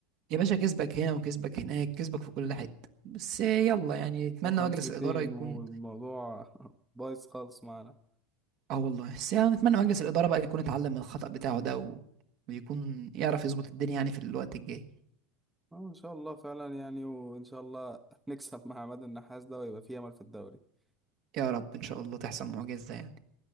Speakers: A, on the right; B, in the centre.
A: يا باشا كسبك هنا وكسبك هناك كسبك في كل حته بس يلا يعني نتمنى
B: هو خمستين
A: مجلس الاداره يكون
B: والموضوع <laughs> بايظ خالص معانا
A: اه والله بس يعني نتمنى مجلس الاداره بقى يكون اتعلم من الخطأ بتاعه ده و... ويكون يعرف يظبط الدنيا يعني في الوقت الجاي
B: اه ان شاء الله فعلا يعني وان شاء الله <laughs> نكسب مع عماد النحاس ده ويبقى في امل في الدوري
A: يا رب ان شاء الله تحصل معجزه يعني